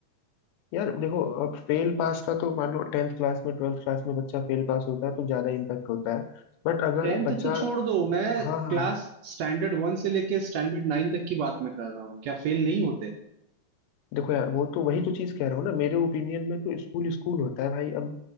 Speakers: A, on the left (about 85°); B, on the right (about 70°).
A: यार देखो अब फेल पास का तो मान लो टेंथ क्लास में ट्वेल्थ क्लास में बच्चा फेल पास होता है तो ज्यादा इम्पैक्ट होता है बट अगर
B: टेंथ
A: बच्चा
B: तो छोड़ दो मैं
A: हाँ हाँ
B: क्लास स्टैंडर्ड वन से लेके स्टैंडर्ड नाइन तक की बात मैं कर रहा हूँ क्या फेल नहीं होते
A: देखो यार वो तो वही तो चीज कह रहा हूँ ना मेरे ओपिनियन में तो स्कूल स्कूल होता है भाई अब